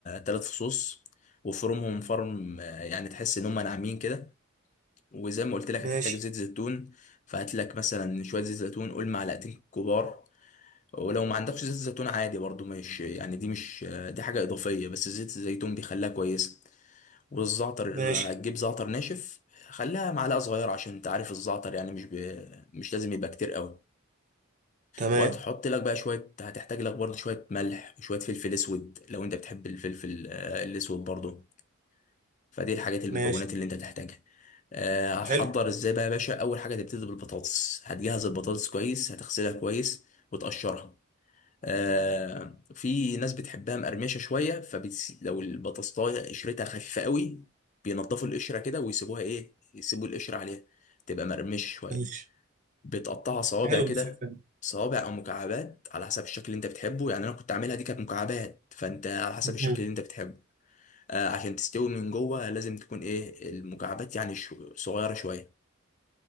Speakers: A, on the left; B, on the right.
A: تلات فصوص وفرمهم فرم آه، يعني تحس ان هم ناعمين كده وزي ما قلت لك
B: ماشي
A: هتحتاج زيت زيتون فهات لك مثلا شويه زيت زيتون قول معلقتين كبار ولو ما عندكش زيت زيتون عادي برضو مش يعني دي مش آه، دي حاجه اضافيه بس زيت الزيتون بيخليها كويسه والزعتر
B: ماشي
A: هتجيب زعتر ناشف خليها معلقه صغيره عشان انت عارف الزعتر يعني مش ب... مش لازم يبقى كتير قوي
B: تمام
A: وهتحط لك بقى شويه هتحتاج لك برضو شويه ملح وشويه فلفل اسود لو انت بتحب الفلفل آه، الاسود برضو فدي الحاجات المكونات
B: ماشي
A: اللي انت تحتاجها آه، هتحضر
B: حلو
A: ازاي بقى يا باشا اول حاجه تبتدي بالبطاطس هتجهز البطاطس كويس هتغسلها كويس وتقشرها آه في ناس بتحبها مقرمشه شويه فبتس... لو البطاطسايه قشرتها خفيفه قوي بينضفوا القشره كده ويسيبوها ايه يسيبوا القشره عليها تبقى مقرمشه شويه
B: ماشي
A: بتقطعها صوابع
B: حلو
A: كده
B: الفكره دي.
A: صوابع او مكعبات على حسب الشكل اللي انت بتحبه يعني انا كنت عاملها دي كانت مكعبات فانت على حسب
B: مم.
A: الشكل اللي انت بتحبه آه عشان تستوي من جوه لازم تكون ايه المكعبات يعني شو... صغيره شويه